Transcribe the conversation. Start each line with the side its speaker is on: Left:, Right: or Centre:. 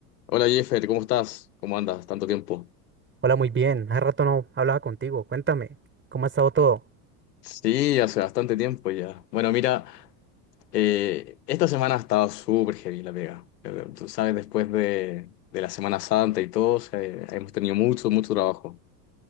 Left: Hola Jeffer, ¿cómo estás? ¿Cómo andas? Tanto tiempo.
Right: Hola, muy bien. Hace rato no hablaba contigo. Cuéntame, ¿cómo ha estado todo?
Left: Sí, hace bastante tiempo ya. Bueno, mira, eh, esta semana ha estado súper heavy la pega. Eh, Tú sabes, después de, de la Semana Santa y todo, se- hemos tenido mucho, mucho trabajo.